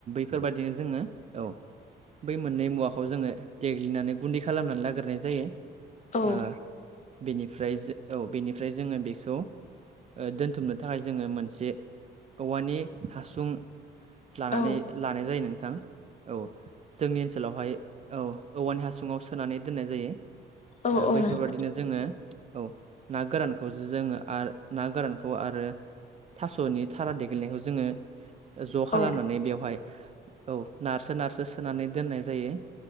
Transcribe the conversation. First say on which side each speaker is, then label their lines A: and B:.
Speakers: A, on the right (about 35°); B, on the left (about 35°).
A: बेफोर बायदिनो जोङो औ बै मोननै मुवाखौ जोङो देग्लिनानै गुन्दै खालामनानै लागोरनाय जायो।
B: औ
A: ओ बेनिफ्राय औ बेनिफ्राय जोङो बेखौ दोनथुमनो थाखाय जोङो मोनसे औवानि हासुं लानानै
B: औ
A: लानाय जायो नोंथां। औ जोंनि ओनसोलावहाय औ औवानि हासुङाव सोनानै दोननाय जायो।
B: औ औ
A: बैफोरबादिनो
B: नोंथां
A: जोङो औ ना गोरानखौ जोङो आरो ना गोरानखौ आरो थास'नि थारा देग्लिनायखौ जोङो ज' खालामनानै
B: औ
A: बेवहाय औ नारसो नारसो सोनानै दोननाय जायो।